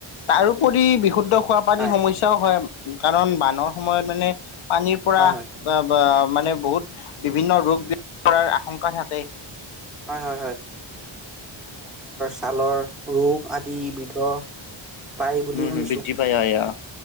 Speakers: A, on the left; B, in the centre.
A: তাৰোপৰি বিশুদ্ধ খোৱা পানীৰ
B: হয়
A: সমস্যাও হয়। কাৰণ বানৰ সময়ত মানে, পানীৰ পৰা
B: হয় হয়
A: বা-বা মানে বহুত, বিভিন্ন ৰোগ কৰাৰ আশংক্ষা থাকে।
B: হয় হয় খালৰ ৰোগ আদি বৃদ্ধ পায় বুলি
A: উম,
B: শুনিছো
A: বৃদ্ধি পায় হয় অ'